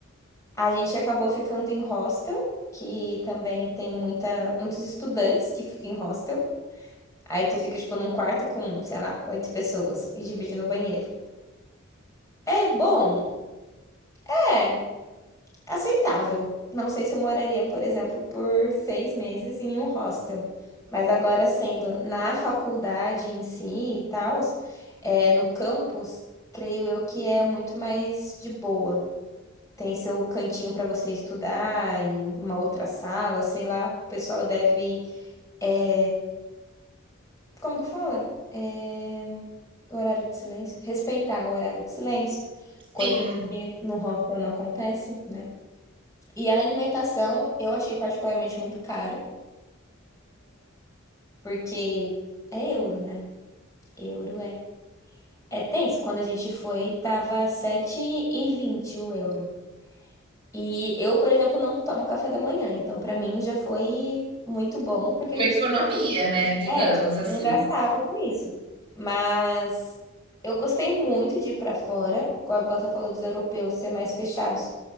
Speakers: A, on the left; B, on the right.
A: A gente acabou ficando em hostel, que também tem muita, muitos estudantes que ficam em hostel. Aí tu fica, tipo, num quarto com, sei lá, oito pessoas e divide no banheiro. É bom? É, aceitável. Não sei se eu moraria, por exemplo, por seis meses em um hostel. Mas agora, sendo na faculdade em si e tal, é, no campus, creio eu que é muito mais de boa. Tem seu cantinho para você estudar, em uma outra sala, sei lá. O pessoal deve é, como que fala? É, o horário de silêncio. Respeitar o horário de silêncio,
B: Sim,
A: coisa que no hostel não acontece, né? E a alimentação eu achei particularmente muito cara, porque é euro, né? Euro é. É tenso. Quando a gente foi, tava sete e vinte o euro. E eu, por exemplo, não tomo café da manhã, então pra mim já foi muito bom, porque a
B: uma
A: gente
B: economia,
A: não
B: né, digamos
A: É, a gente
B: assim.
A: não gastava com isso. Mas eu gostei muito de ir pra fora, como você falou dos europeus ser mais fechados.